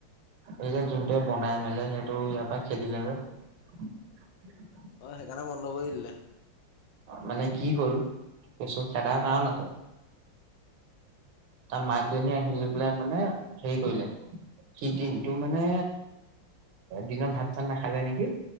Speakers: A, on the right (about 80°); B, on the left (about 75°).
A: এই যে যোনটোৱে বনাই মেলে সেইটো ইয়াৰ পৰা খেদিলে যে।
B: অ সেইকাৰণে বন্ধ কৰি দিলে
A: মানে কি হ'ল কেচতো খেদাৰ কাৰণ আছে তাৰ মাকজনী আহি লৈ পেলাই মানে হেৰি কৰিলে সি দিনটো মানে দিনত ভাত চাত নাখালে নেকি